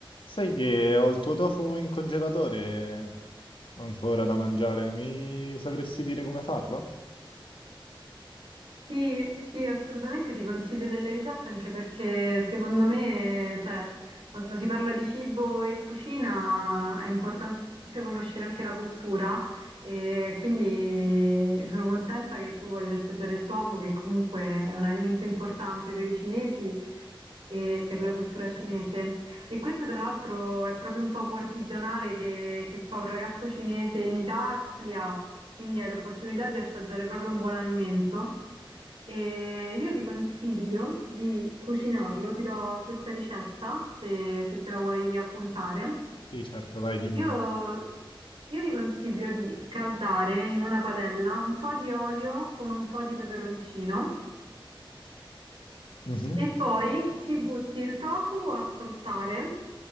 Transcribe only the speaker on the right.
Sì, sì, assolutamente ti consiglio delle ricette anche perché secondo me, cioè, quando si parla di cibo e cucina è importante conoscere anche la cultura e quindi sono contenta che tu voglia assaggiare il tofu, che comunque è un alimento importante per i cinesi e per la cultura cinese. E questo tra l'altro è proprio un tofu artigianale che, che fa un ragazzo cinese in Italia, quindi hai l'opportunità di assaggiare proprio un buon alimento. E io ti consiglio di cucinarlo, ti do questa ricetta se, se te la vuoi appuntare.
Io, io ti consiglio di scaldare in una padella un po' di olio con un po' di peperoncino
e poi ci butti il tofu a saltare.